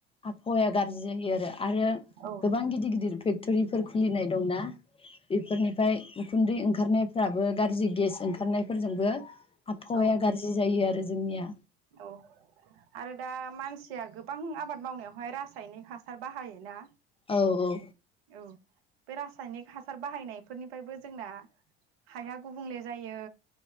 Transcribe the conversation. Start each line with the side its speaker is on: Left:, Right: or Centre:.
Left: आबहावाया गाज्रि जायो आरो आरो
Right: औ
Left: गोबां गिदिर गिदिर फेक्ट'रिफोर खुलिनाय दंना बेफोरनि उखुन्दै ओंखारनायफ्राबो गाज्रि गेस ओंखारनायफोरजोंबो आबहावाया
Right: औ
Left: गाज्रि जायो आरो जोंनिया
Right: औ आरो दा मानसिया गोबां आबाद मावनायावहाय रासायनिक हासार बाहायोना
Left: औ औ
Right: औ बे रासायनिक हासार बाहायनायफोरनिफ्रायबो जोंना हाया गुबुंले जायो।